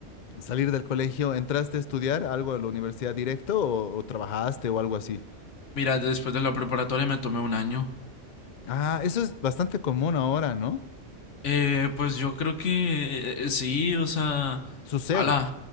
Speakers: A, on the left; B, on the left.
A: Salir del colegio, ¿entraste a estudiar algo a la universidad directo o, o trabajaste o algo así?
B: Mira, después de la preparatoria me tomé un año.
A: Ah, eso es bastante común ahora, ¿no?
B: Eh, pues yo creo que eh, eh, sí, o sea,
A: Sucede.
B: ala,